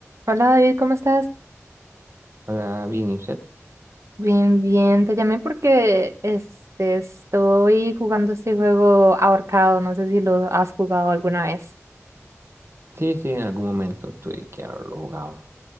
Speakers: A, on the right (about 70°); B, on the right (about 55°).
A: Hola David, ¿cómo estás?
B: Hola, bien, ¿y usted?
A: Bien, bien, te llamé porque este, estoy jugando este juego ahorcado, no sé si lo has jugado alguna vez.
B: Sí, sí, en algún momento tuve que haberlo jugado.